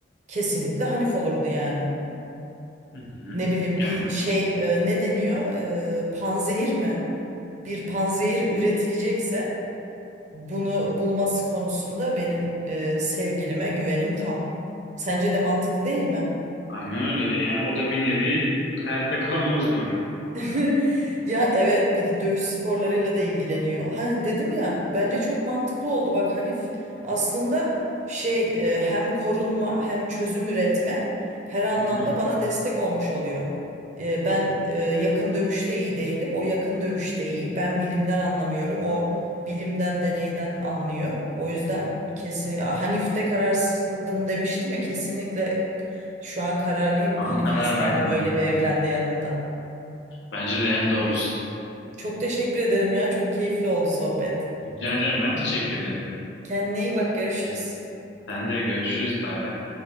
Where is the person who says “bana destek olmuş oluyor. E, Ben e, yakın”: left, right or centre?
Right